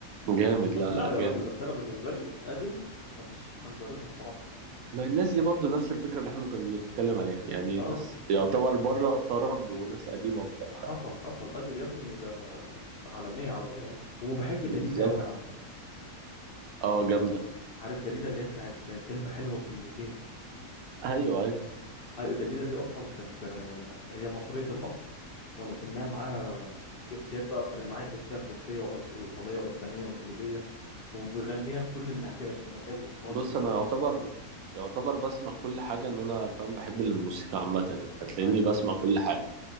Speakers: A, on the right (about 75°); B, on the left (about 55°).
A: جامد
B: بس
A: لا
B: لا
A: لا
B: يا
A: جامد
B: راجل بس انا بالنسبه لي اديل مفيش حنجرتها بصراحه
A: ما الناس دي برضو نفس الفكرة اللي احنا كنا بنتكلم عليها يعني
B: اه
A: ناس يعتبر بره الطرب وناس قديمة وبتاع
B: حصل
A: فاهم
B: حصل أديل يا ابني ده عالمية عالمية يعني وبحب دليدا
A: بالظبط
B: قوي على فكرة
A: اه جامدة
B: عارف دليدا اللي هي بتاعت كلمة حلوة وكلمتين
A: أيوة أيوة
B: عارف دليدا دي أصلا كانت آه، هي مصرية الأصل ولكنها معاها جنسيات بقى فر- معاها جنسية فرنسية وأز- وإيطالية وإسبانية وإنجليزية ومغنية بكل اللهجات مغنية بالإيطالي
A: بص
B: وبالفرنسي
A: أنا يعتبر
B: و...
A: يعتبر بسمع كل حاجة إن أنا فاهم بحب الموسيقى عامة يعني فتلاقيني
B: أيوه
A: بسمع
B: أيوه
A: كل
B: فاهم
A: حاجة